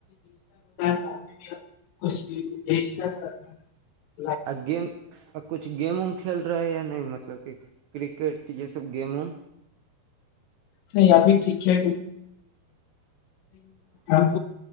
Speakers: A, on the left; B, on the right.
A: دھ کر
B: اگے اور کچھ گیم وم کھی رہے نہیں مطلب کہ کرکٹ یہ سب گیموںم
A: نہیں ابھی ٹھیک ہے آپ